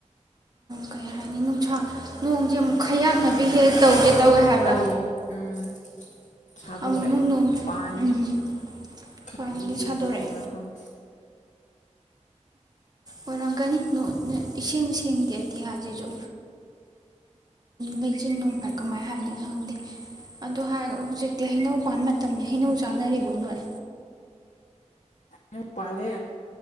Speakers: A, on the right; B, on the left.
A: ꯀꯩ ꯍꯥꯏꯅꯤ ꯅꯨꯡꯁꯥ ꯅꯣꯡꯁꯦ ꯑꯃꯨꯛ ꯈꯌꯥꯛꯅꯕꯕꯤ ꯍꯦꯛ ꯇꯧꯒꯦ ꯇꯧꯋꯦ ꯍꯥꯏꯕ
B: ꯇꯧꯋꯤ ꯎꯝ ꯁꯥꯗꯣꯛꯂꯑꯦ
A: ꯑꯃꯨꯛꯃꯨꯛ
B: ꯑꯗꯨ
A: ꯅꯣꯡ
B: ꯄꯥꯟꯉꯦ
A: ꯎꯝ
B: ꯈꯗꯤ
A: ꯄꯥꯟꯒꯩ
B: ꯁꯨꯗꯣꯔꯤꯕ꯭ꯔꯥ
A: ꯁꯥꯗꯣꯔꯛꯑꯦ
B: ꯈꯪꯗꯦ
A: ꯑꯣꯏꯔꯝꯒꯅꯤ ꯅꯣ ꯅꯣ ꯏꯁꯦꯡ ꯁꯦꯡꯗꯦꯗꯤ ꯑꯇꯤꯌꯥꯁꯤꯁꯨ ꯂꯩꯆꯤꯟ ꯅꯣꯡꯐꯥꯏ ꯀꯃꯥꯏꯅ ꯍꯥꯏꯗꯣꯏꯅꯣ ꯈꯪꯗꯦ ꯑꯗꯨꯗꯣ ꯍꯥꯏꯔꯒ ꯍꯧꯖꯤꯛꯇꯤ ꯍꯩꯅꯧ ꯄꯥꯟꯕꯥꯟ ꯃꯇꯝꯅꯤ ꯍꯩꯅꯧ ꯆꯥꯅꯔꯤꯕ ꯅꯣꯏ
B: ꯍꯩꯅꯧ ꯄꯥꯂꯦ